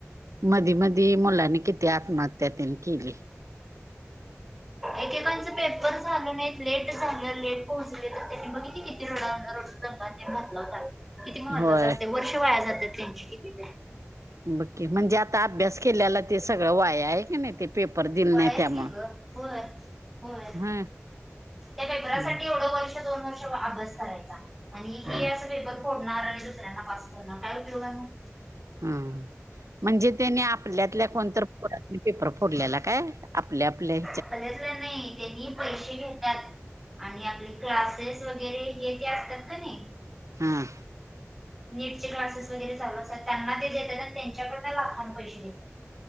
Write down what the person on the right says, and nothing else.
मधी- मधी मुलांनी किती आत्महत्या त्यांनी केली.
होय
बघकी म्हणजे आता अभ्यास केल्याला ते सगळं वाया, आहे की नाही ते पेपर दिलं
नाही त्यामुळं
हा
हम्म
हा
हम! म्हणजे त्यानी आपल्यातल्या कोणत पेपर फोडलेला काय? आपल्या आपले आपले
हम्.